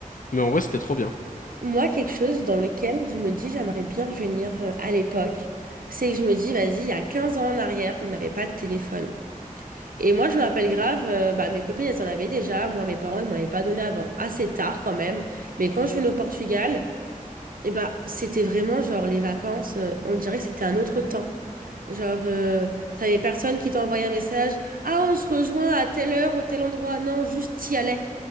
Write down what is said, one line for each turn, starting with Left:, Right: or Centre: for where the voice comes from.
Left: mais en vrai, c'était trop bien.
Right: Moi, quelque chose dans lequel je me dis, j'aimerais bien revenir euh, à l'époque, c'est que je me dis, vas-y, il y a 15 ans en arrière, on n'avait pas de téléphone. Et moi, je me rappelle grave, euh, bah, mes copines, elles en avaient déjà. Moi, mes parents, ils m'en avaient pas donné avant. Assez tard, quand même. Mais quand je venais au Portugal, et bah, c'était vraiment genre les vacances, euh, on dirait que c'était un autre temps. Genre, euh, t'avais personne qui t'envoyait un message. Ah, on se rejoint à telle heure, au tel endroit. Non, juste t'y allais.